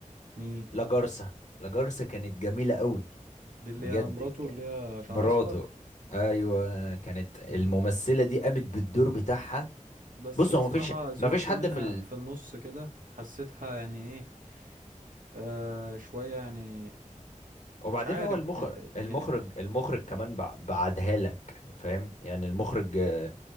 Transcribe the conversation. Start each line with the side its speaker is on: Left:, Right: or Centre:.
Right: مي
Left: لاجارسا لاجارسا كانت جميلة قوي
Right: دي اللي
Left: بجد
Right: هي مراته
Left: ك-
Right: اللي هي شعرها
Left: مراته
Right: اصفر
Left: ايوه كانت الممثلة
Right: مم.
Left: دي قامت بالدور بتاعها
Right: بس
Left: بص
Right: الصراحة
Left: هو مفيش
Right: زهقت
Left: مفيش حد
Right: منها
Left: في
Right: في النص كده حسيتها يعني ايه آه شوية يعني
Left: وبعدين
Right: مش عارف
Left: هو المخرج
Right: بت...
Left: المخرج
Right: يعني ب...
Left: المخرج كمان بع- بعدها لك فاهم يعني المخرج آه،